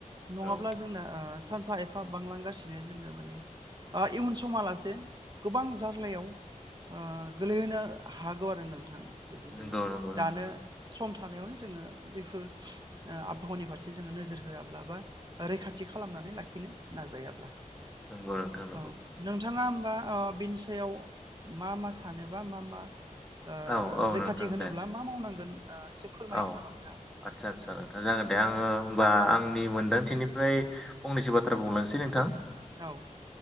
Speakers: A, on the right (about 30°); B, in the centre.
A: नङाब्ला
B: औ
A: जोंना ओ सानफा एफा बांलांगासिनो जोङो माने ओ इयुन समालासे गोबां जार्लायाव ओ गोलैहोनो हागौ आरो नोंथां जुदि जोङो
B: नंगौ नंगौ नोंथां
A: दानो
B: नंगौ।
A: सम थानायावनो जोङो बेफोर ओ आबहावानि फारसे जोङो नोजोर होआब्ला रैखाथि खालामनानै लाखिनो नाजायाबा
B: नंगौ नोंथां नंगौ
A: औ नोंथाङा बा ओ बिनि सायाव मा मा सानोबा मा मा ओ
B: औ औ
A: रैखाथि
B: नोंथां
A: होनोब्ला
B: दे
A: मा मावनांगोन ओ एसे फोरमायगोन
B: औ
A: नामा नोंथाङा
B: आदसा आदसा नोंथाङा जागोन दे आङो होमबा आंनि मोनदांथिनिफ्राय फंनैसो बाथ्रा बुंलांनोसै नोंथां।
A: औ